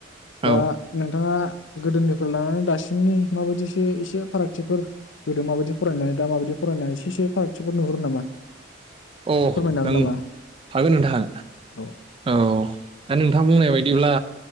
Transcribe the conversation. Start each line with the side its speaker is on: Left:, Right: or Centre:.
Left: दा
Right: औ
Left: नोंथांङा गोदोनिफ्राय लानानै दासिमनि माबायदिसो एसे फारागथिफोर गोदो माबायदि फरायनाय दा माबायदि फरायनाय एसे एसो फारागथिफोर नुहुरो नामा।
Right: अ
Left: फोरमायनो हागोन
Right: नों
Left: नामा?
Right: हागोन नोंथां
Left: औ
Right: औ दा नोंथांङा बुंनाय बाय बिदिब्ला